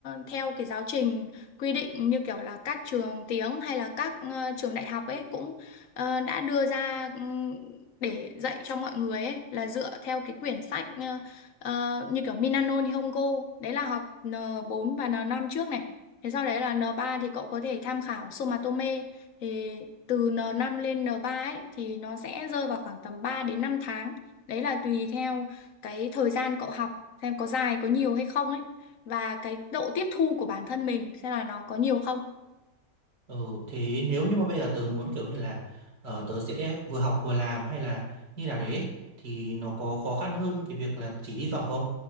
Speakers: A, on the left; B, on the right.
A: theo cái giáo trình quy định như kiểu là các trường tiếng hay là các ờ, trường đại học ấy cũng ờ, đã đưa ra ừm, để dạy cho mọi người ấy là dựa theo cái quyển sách ờ, Ờ, như kiểu Minano Nihongo đấy là học n bốn và n năm trước này thế sau đấy là n ba thì cậu có thể tham khảo Sumatome thì từ n năm lên n 3 ấy thì nó sẽ rơi vào khoảng tầm ba đến năm tháng đấy là tùy theo cái thời gian cậu học xem có dài có nhiều hay không ấy và cái độ tiếp thu của bản thân mình xem là nó có nhiều không
B: Ừ, thế nếu như mà bây giờ tớ muốn kiểu như là ờ, tớ sẽ vừa học vừa làm hay là như nào đấy ấy, thì nó có khó khăn hơn cái việc là chỉ đi du học không?